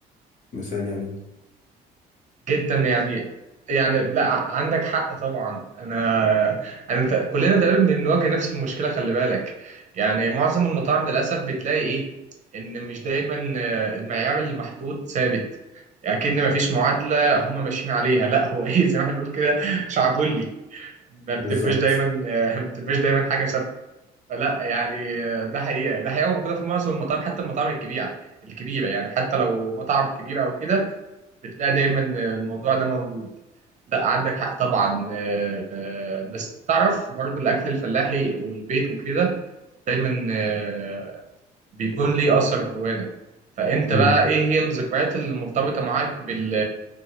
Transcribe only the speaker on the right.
جدا يعني يعني لا عندك حق طبعا انا انا ت- كلنا تقريبا بنواجه نفس المشكله خلي بالك يعني معظم المطاعم للاسف بتلاقي ايه ان مش دايما آه، المعيار اللي محطوط ثابت اكن ما فيش معادله هم ماشيين عليها لا هو ايه زي ما احنا بنقول كده شعبولي ما بتبقاش
دايما آه، ما بتبقاش دايما حاجه ثابته فلا يعني آه، ده حقيقه ده حقيقه موجوده في معظم المطاعم حتى المطاعم الكبيره الكبيره يعني حتى لو مطعم كبير او كده بتلاقي دايما الموضوع ده موجود لا عندك حق طبعا آه، بس تعرف برضو الاكل الفلاحي والبيت وكده دايما آه، بيكون ليه اثر جوانا فانت
بقى ايه هي الذكريات المرتبطه معاك بال